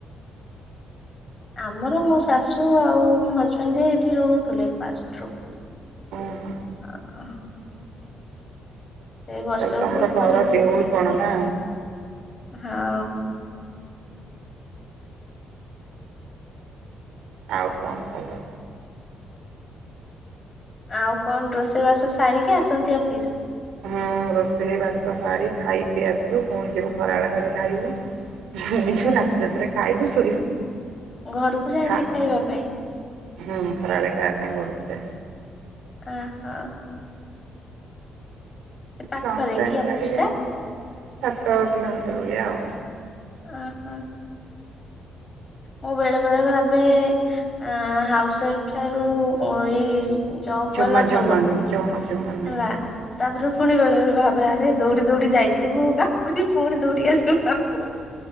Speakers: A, on the left; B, on the right.
A: ଆମର ମୋ ଶାଶୁ ଆଉ ମୋ ହଜବେଣ୍ଡ ଯାଇ ଏଠି ରହୁଥିଲେ ଫାଷ୍ଟରୁ।
B: ଉଁ ହୁଁ।
A: ଆଃ। ସେ ବର୍ଷକୁ
B: ତାହେଲେ ତମର
A: ଥରେ
B: ଘର
A: ଦିଥର
B: ଦେଉଳ କଣ ନା
A: ହଁ।
B: ଆଉ କଣ ଖବର?
A: ଆଉ କଣ ରୋଷେଇ ବାସ ସାରିକି ଆସନ୍ତି ଅଫିସ?
B: ହଁ ରୋଷେଇ ବାସ ସାରି ଖାଇ ପିଇ ଆସିବୁ ଫୁଣି ଯିବୁ ଖରାବେଳେ ଘଥରେ ଖାଇବୁ। ଯିବୁ
A: ଘରେ।
B: ରାତି ରାତିରେ ଖାଇଲୁ ଥୋଉ
A: ଘରକୁ ଯାଆନ୍ତି
B: ଖା
A: ଖାଇବା ପାଇଁ
B: ହୁଁ ଖରାବେଳେ ଖାଇବା ପାଇଁ ଘରୁକୁ ଏ
A: ଅ ହ। ପାଖରେ
B: ଲଞ୍ଚ ଟାଇମ୍
A: କି ଅଫିସ୍
B: ଟା ଟିକେ ସାତ କିଲୋମିଟର ଭଳିଆ ଆଉ।
A: ଅ ହ। ମୁଁ ବେଳେ ବେଳେ ଭାବେ ଅଁ ହାଉସ ୱାଇଫ୍ ଠାରୁ ଏଇ ଜବ୍ ବାଲା
B: ଜମା ଜମା
A: ଭଲ।
B: ନୁହେଁ ଜମା ଜମା ନୁହେଁ
A: ହେଲା। ତାପରେ ପୁଣି ବେଳେ ବେଳେ ଭାବେ ଆରେ ଦୌଡି ଦୌଡି ଯାଇଥିବୁ କାମ୍ କରି ପୁଣି ଦୌଡି ଆସିବୁ କାମ